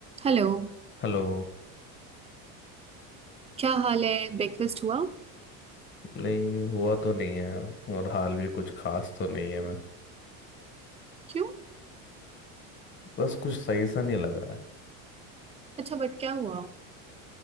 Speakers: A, on the right (about 15°); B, on the left (about 30°).
A: Hello
B: Hello
A: क्या हाल है ब्रेकफास्ट हुआ
B: नहीं हुआ तो नहीं है और हाल भी कुछ खास तो नहीं है मैं
A: क्यों
B: बस कुछ सही सा नहीं लग रहा है
A: अच्छा बट क्या हुआ